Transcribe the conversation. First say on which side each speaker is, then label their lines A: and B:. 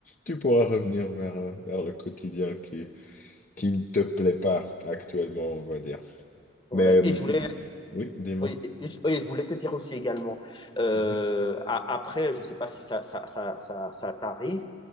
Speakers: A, on the left (about 40°); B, on the left (about 25°).
A: tu pourras revenir vers, euh, vers le quotidien qui, qui ne te plaît pas actuellement, on va dire.
B: ouais.
A: Mais euh,
B: Et je voulais,
A: oui, dis-moi.
B: oui, et je, et je voulais te dire aussi également, euh,
A: Mhm.
B: a- après, je sais pas si ça, ça, ça, ça, ça t'arrive,